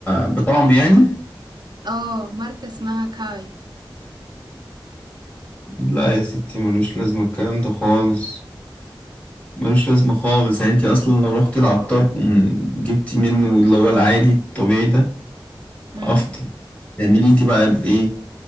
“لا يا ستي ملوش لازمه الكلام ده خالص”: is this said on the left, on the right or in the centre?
Left